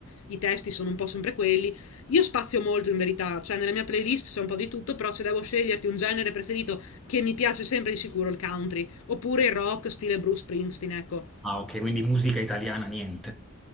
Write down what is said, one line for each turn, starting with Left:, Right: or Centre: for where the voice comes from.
Left: I testi sono un po' sempre quelli. Io spazio molto in verità, cioè nella mia playlist c'è un po' di tutto, però se devo sceglierti un genere preferito che mi piace sempre di sicuro il country, oppure il rock stile Bruce Springsteen, ecco.
Centre: Ah, ok, quindi musica italiana, niente.